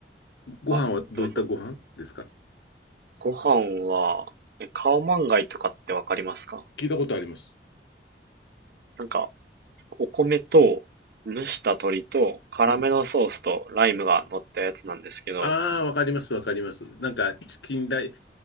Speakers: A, on the left; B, on the right.
A: ご飯はどういったご飯ですか
B: あ、どうぞ。ご飯は、え、カオマンガイとかってわかりますか
A: 聞いたことあります。
B: なんか、お米と、蒸した鶏と、辛めのソースとライムが乗ったやつなんですけど、
A: うんああー、わかります、わかります。なんか、チキンライ、